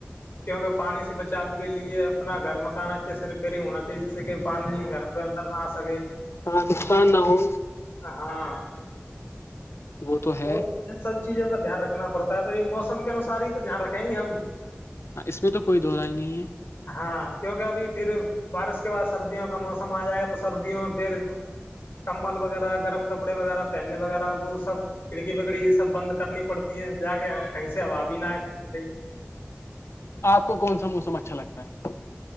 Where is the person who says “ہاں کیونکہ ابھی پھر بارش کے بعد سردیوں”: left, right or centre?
Left